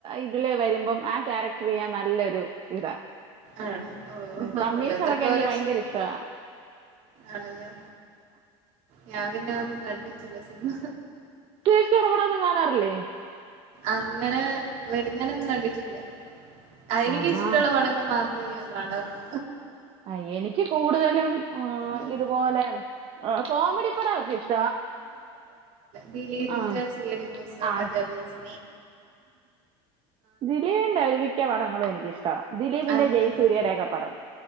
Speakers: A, on the right (about 40°); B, on the right (about 55°).
A: ഇതിലെ വരുമ്പോൾ ആ ക്യാരക്റ്റർ നീ ആ നല്ലൊരു ഇതാ
B: ആണോ ഓ
A: ആ
B: ഓരോരുത്തർക്ക്
A: കമ്മീഷർ ഒക്കെ എനിക്ക്
B: ഓരോ
A: ഭയങ്കരിഷ്ടാ
B: ഇഷ്ടം ആണല്ലേ ഞാൻ പിന്നെ ഒന്നും കണ്ടിട്ടില്ല സിനിമ
A: സുരേഷ് ഗോപിടെ പടം ഒന്നും കാണാറില്ലേ
B: അങ്ങനെ വെളുങ്ങനെ ഒന്നും കണ്ടിട്ടില്ല ആ എനിക്കിഷ്ടമുള്ള
A: ആഹാ
B: പാടങ്ങൾ മാത്രം ഞൻ കാണാള്ളു
A: അ എനിക്ക് കൂടുതലും ആ
B: ഉം
A: ഇതുപോലെ കോമഡി ഹാമൊക്കെ ഇഷ്ട
B: ദിലീപിന്റെ
A: ആ
B: സി ഐ ഡി മൂസ,
A: ആ
B: പഞ്ചാബി ഹൌസ്
A: ദിലീപിൻ്റെ മിക്ക പടങ്ങളും എനിക്കിഷ്ടാ ദിലീപിൻ്റെയും
B: അതെ
A: ജയസൂര്യയുടെയും ഓക്കെ പടം